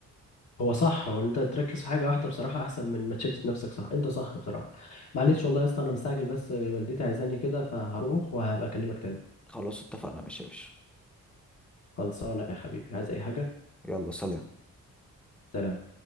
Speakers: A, on the left (about 50°); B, in the centre.
A: هو صح هو انت تركز في حاجة واحدة بصراحة احسن من ما تشتت نفسك صح انت صح بصراحة معلش والله يا اسطى انا مستعجل بس والدتي عايزاني كده فهروح وهبقى اكلمك تاني
B: خلاص اتفقنا ماشي يا باشا
A: خلصانة يا حبيبي عايز اي حاجة
B: يلا سلام
A: سلام